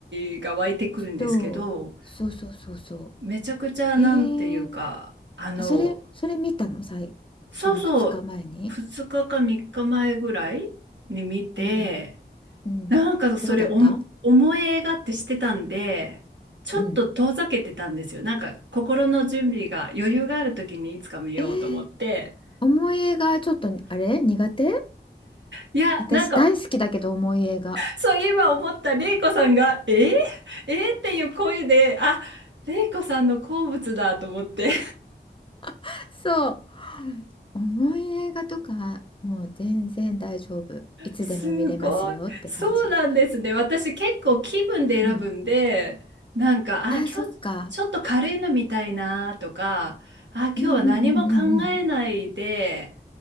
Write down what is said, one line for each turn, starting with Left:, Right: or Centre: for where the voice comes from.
Right: ジが湧いてくるんですけど、
Left: そう。そうそうそうそ
Right: めちゃくちゃなんていうか、
Left: う。へえ。
Right: あの、
Left: あ、それ、それ見たのさい、
Right: そうそう、
Left: その2日前に。
Right: 2日か3日前ぐらいに見て、
Left: うん、うん、
Right: なんかそれおも思い映画ってしてたんで、
Left: どうだった
Right: ちょっと遠ざけてたんですよ。
Left: うん。
Right: なんか心の準備が余裕がある時にいつか見ようと思って。
Left: えー、重い映画ちょっとあれ苦手
Right: いや、
Left: 私大好きだけど重い映画。
Right: なんか、そう今思ったレイコさんが、えー、えーっていう声で、あ、レイコさんの好物だと思って。
Left: <laughs> そう。重い映画とかもう全然大丈夫。いつでも見れますよって感じ。
Right: すごい。そうなんですね。私結構気分で選ぶんで、
Left: うん
Right: なんか、あ、
Left: あ、
Right: 今日ちょっと軽いの見たいなとか、
Left: そっか。
Right: あ、今日は何も考えないで、
Left: うんうんうんうんうん